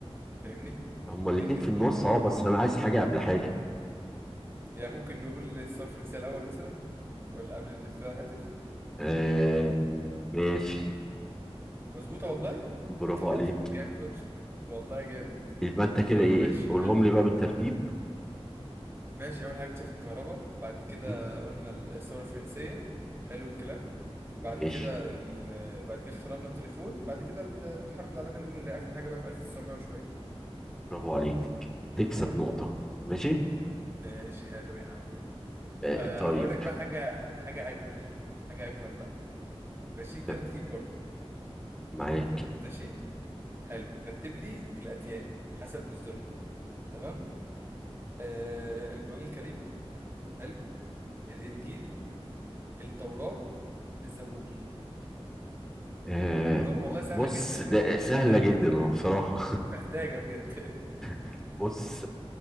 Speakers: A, on the right; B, in the centre.
A: فاهمني
B: هما الاتنين
A: لكن
B: في النص
A: ما
B: اه بس انا عايز حاجة قبل حاجة
A: يعني ممكن نقول الثورة الفرنسية الأول مثلا ولا قبل الاختراع الهاتف
B: آه ماشي
A: مظبوطة والله <laughs>
B: <laughs> برافو عليك
A: طب جامد والله والله جامد
B: يبقى انت كده
A: طب
B: ايه
A: ماشي
B: قولهم
A: حلو
B: لي بقى بالترتيب
A: ماشي اول حاجه اكتشاف الكهرباء بعد كده
B: م-
A: قلنا الثوره الفرنسيه حلو الكلام
B: ماشي
A: بعد كده ال... بعد كده اخترعنا التليفون بعد كده ال- الحرب العالميه الاولى اللي هي اخر حاجه بقى في 1900 وشويه
B: برافو عليك تك- تكسب
A: تمام
B: نقطة ماشي
A: ماشي حلو يا عم
B: آه
A: أه
B: طيب
A: هقول لك بقى حاجه حاجه اجمل حاجه اجمل بقى ماشي ترتيب
B: طب
A: برضه
B: معاك
A: ماشي حلو رتب لي الاديان حسب نزولها تمام أه القران الكريم حلو الانجيل التوراه الزبور
B: آه
A: الموضوع والله سهله
B: بص
A: جدا يعني
B: ده
A: مش
B: سهلة
A: محتاج
B: جدا اهو بصراحة
A: <laughs> محتاجة بجد
B: <laughs> بص